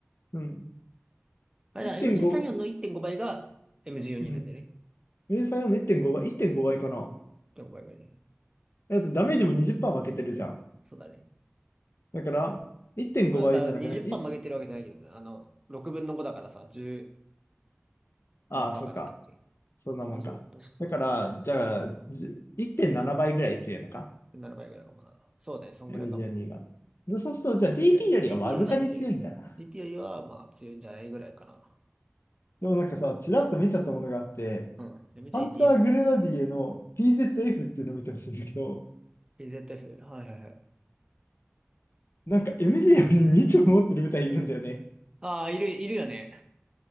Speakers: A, on the left (about 70°); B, on the right (about 20°).
A: うん。
B: あれだ、
A: 1.5、
B: MG34 の1.5倍が MG42
A: うん。
B: なんでよね。
A: MG34 の1.5倍、1.5倍かな
B: 1.5倍ぐらいね。
A: だってダメージも20%負けてるじゃん。
B: そうだね。
A: だから、1.5倍じゃなくないい
B: あだから20%負けてるわけじゃないけどね。あの、6分の5だからさ、10
A: ああ、
B: 何パーかなって感じだけど。
A: そっか。そんなもんか。
B: まあそう、確かそ
A: だから、じゃあ、じゅ1.7倍ぐらい強いのか
B: う。7倍ぐらいかもな。そうだね、そんぐらいかも。
A: m g 4にが。でそうすると、じゃあ DP
B: で、
A: よりはわずかに強いんだな。
B: DP よりは強い。DP よりは、まあ、強いんじゃないぐらいかな。
A: でもなんかさ、ちらっと見ちゃったものがあって、
B: うん。MG26。
A: パンツァーグレナディエの PZF っていうのを見てほしいんだけど、
B: PZF。はいはいはい。
A: なんか
B: よく。
A: MG より2丁持ってる部隊いるんだよね。
B: ああ、いる、いるよね。